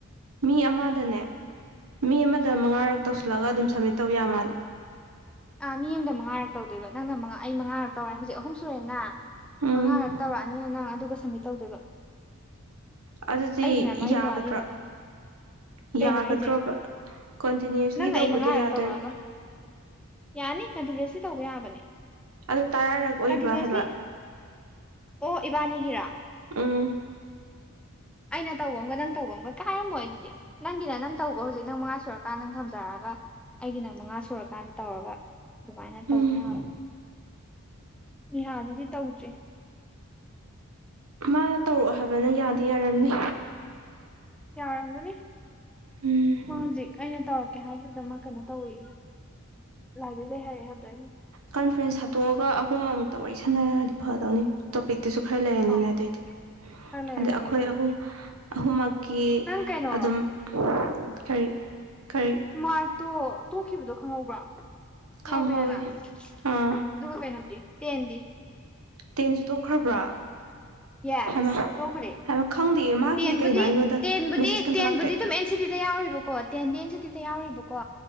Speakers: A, on the right; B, in the centre.
A: ꯃꯤ ꯑꯃꯗꯅꯦ
B: ꯎꯝ
A: ꯃꯤ ꯑꯃꯗ
B: ꯎꯝ
A: ꯃꯉꯥꯔꯛ ꯇꯧꯁꯤꯜꯂꯒ ꯑꯗꯨꯝ ꯁꯥꯞꯃꯤꯠ ꯇꯧ ꯌꯥ ꯃꯥꯜꯂꯦ
B: ꯑꯥ ꯃꯤ ꯑꯃꯗ ꯃꯉꯥꯔꯛ ꯇꯧꯗꯣꯏꯕ ꯅꯪꯅ ꯃꯉꯥ ꯑꯩ ꯃꯉꯥꯔꯛ ꯇꯧꯔꯦ ꯍꯧꯖꯤꯛ ꯑꯍꯨꯝ ꯁꯨꯔꯦꯅ
A: ꯎꯝ
B: ꯃꯉꯥꯔꯛ ꯇꯧꯔꯛꯑꯅꯤꯅ ꯅꯪ ꯑꯗꯨꯒ ꯁꯥꯞꯃꯤꯠ ꯇꯧꯗꯣꯏꯕ
A: ꯑꯗꯨꯗꯤ
B: ꯑꯩꯒꯤꯅ
A: ꯌꯥꯒꯗ꯭ꯔꯥ
B: ꯃꯔꯤ ꯋꯥꯠꯂꯤꯗꯅ
A: ꯌꯥꯒꯗ꯭ꯔꯣꯕ
B: ꯀꯩꯅꯣ ꯍꯥꯏꯁꯦ
A: ꯀꯟꯇꯤꯅ꯭ꯌꯨꯁꯂꯤ
B: ꯅꯪꯅ
A: ꯇꯧꯕꯗꯣ
B: ꯑꯩ ꯃꯉꯥꯔꯛ
A: ꯌꯥꯗꯣꯏꯕ
B: ꯇꯧꯔꯛꯑꯒ ꯌꯥꯅꯤ ꯀꯟꯇꯤꯅ꯭ꯌꯨꯁꯂꯤ ꯇꯧꯕ ꯌꯥꯕꯅꯦ
A: ꯑꯗꯣ ꯇꯔꯥꯔꯛ ꯑꯣꯏꯕ
B: ꯀꯟꯇꯤꯅ꯭ꯨꯁꯂꯤ
A: ꯍꯥꯏꯕ
B: ꯑꯣ ꯏꯕꯥꯅꯤꯒꯤꯔꯥ
A: ꯎꯝ
B: ꯑꯩꯅ ꯇꯧꯕ ꯑꯃꯒ ꯅꯪ ꯇꯧꯕ ꯑꯃꯒ ꯀꯥꯏꯔꯝꯃꯣꯏ ꯑꯗꯨꯗꯤ ꯅꯪꯒꯤꯅ ꯅꯪ ꯇꯧꯕ ꯍꯧꯖꯤꯛ ꯅꯪ ꯃꯉꯥ ꯁꯨꯔꯀꯥꯟꯗ ꯅꯪ ꯊꯝꯖꯔꯛꯑꯒ ꯑꯩꯒꯤꯅ ꯃꯉꯥ ꯁꯨꯔꯀꯥꯟꯗ ꯇꯧꯔꯒ ꯑꯗꯨꯃꯥꯏꯅ
A: ꯎꯝ
B: ꯇꯧꯅꯤ ꯍꯥꯢꯕꯅꯦ ꯅꯤꯍꯥꯗꯨꯗꯤ ꯇꯧꯗ꯭ꯔꯤ
A: ꯃꯥꯅ ꯇꯧꯔꯛꯑꯣ ꯍꯥꯏꯕꯅ ꯌꯥꯗꯤ ꯌꯥꯔꯝꯅꯤ
B: ꯌꯥꯔꯝꯒꯅꯤ
A: ꯎꯝ
B: ꯃꯥ ꯍꯧꯖꯤꯛ ꯑꯩꯅ ꯇꯧꯔꯛꯀꯦ ꯍꯥꯏꯈꯤꯕꯗ ꯃꯥ ꯀꯩꯅꯣ ꯇꯧꯋꯤ ꯂꯥꯏꯕ꯭ꯔꯦꯂꯤꯗ ꯂꯩ ꯍꯥꯏꯔꯛꯑꯦ ꯍꯥꯏꯕꯗꯣ ꯑꯩꯅ
A: ꯀꯟꯐ꯭ꯔꯦꯟꯁ ꯊꯥꯗꯣꯛꯑꯒ ꯑꯍꯨꯝ ꯑꯃꯨꯛꯇ ꯋꯥꯔꯤ ꯁꯥꯟꯅꯔꯗꯤ ꯐꯗꯧꯅꯤ ꯇꯣꯄꯤꯛꯇꯨꯁꯨ ꯈꯔ ꯂꯩꯔꯅꯤꯅ
B: ꯑꯧ
A: ꯑꯗꯨꯑꯣꯏꯗꯤ
B: ꯈꯔ ꯂꯩꯔꯅꯤ
A: ꯑꯗ ꯑꯩꯈꯣꯏ
B: ꯑꯗꯨꯗꯩꯗꯤ
A: ꯑꯍꯨꯝ ꯑꯍꯨꯝꯃꯛ ꯀꯤ
B: ꯅꯪ ꯀꯩꯅꯣ
A: ꯑꯗꯨꯝ ꯀꯔꯤ ꯀꯔꯤ
B: ꯃꯥꯛꯇꯣ ꯇꯣꯛꯈꯤꯕꯗꯣ ꯈꯪꯍꯧꯕ꯭ꯔꯥ ꯈꯪꯍꯧꯋꯤꯗꯅ
A: ꯈꯪꯍꯧꯋꯤ ꯑꯥ
B: ꯑꯗꯨꯒ ꯀꯩꯅꯣꯗꯤ ꯇꯦꯟꯗꯤ
A: ꯇꯦꯟꯁꯨ ꯇꯣꯛꯈ꯭ꯔꯕ꯭ꯔꯥ
B: ꯌꯦꯁ
A: ꯍꯩꯃꯥ
B: ꯇꯣꯛꯈ꯭ꯔꯦ
A: ꯈꯪꯗꯦꯌꯦ ꯃꯥꯒꯤꯗꯤ
B: ꯇꯦꯟꯕꯨꯗꯤ
A: ꯀꯩꯅꯣ ꯑꯩꯉꯣꯟꯗ
B: ꯇꯦꯟꯕꯨꯗꯤ
A: ꯃꯦꯁꯦꯁ
B: ꯇꯦꯟꯕꯨꯗꯤ
A: ꯀꯝꯇ ꯂꯥꯛꯇꯦ
B: ꯑꯗꯨꯝ ꯑꯦꯟ ꯁꯤꯗꯤꯗ ꯌꯥꯎꯔꯤꯕꯀꯣ ꯇꯦꯟꯗꯤ ꯑꯦꯟ ꯁꯤꯗꯤꯗ ꯌꯥꯎꯔꯤꯕꯀꯣ